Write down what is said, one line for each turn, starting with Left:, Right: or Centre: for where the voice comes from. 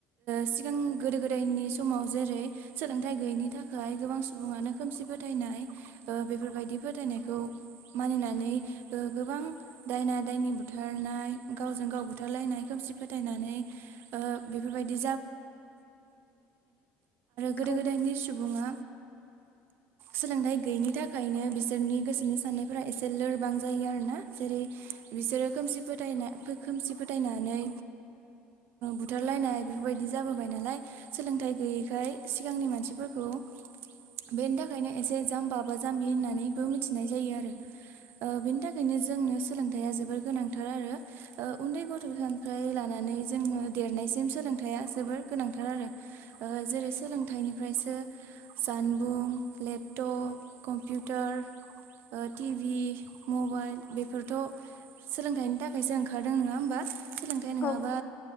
Right: सिगां गोदो गोदायनि समाव जेरै सोलों थाय गैयैनि थाखाय गोबां सुबुङानो खोमसि फोथायनाय बेफोरबायदि फोथायनायखौ मानिनानै गोबां दायना दायनि बुथारनाय गावजों गाव बुथारलायनाय खोमसि फोथायनानै अ बेफोरबायदि गोदो
Left: औ
Right: गोदायनि सुबुङा
Left: <inaudible>
Right: सोलोंथाइ गैयिनि थाखायनो बिसोरनि गोसोनि साननायफोरा एसे लोरबां जायो आरोना। जेरै बिसोरो खोमसि फ खोमसि फोदायनानै बुथारलायनाय बेफोरबायदि जाबोबाय नालाय सोलोंथाइ गैयैखाय सिगांनि मानसिफोरखौ बेनि थाखायनो एसे जाम्बा बा जाम्बि होननानैबो मिथिनाय जायो आरो। बेनि थाखायनो जोंनो सोलोंथाइया जोबोर गोनांथार आरो। उन्दै गथ'फ्राय लानानै जोङो देरनायसिम सोलोंथाइा जोबोर गोनांथार आरो। ओ जेरै सोलोंथाइनिफ्रायसो जानबुं लेपटप कम्पिउटार टिभि मबाइल बेफोरथ' सोलोंथाइनि थाखायसो ओंखारदों नङा होमबा? सोलोंथाइ नङाबा
Left: औ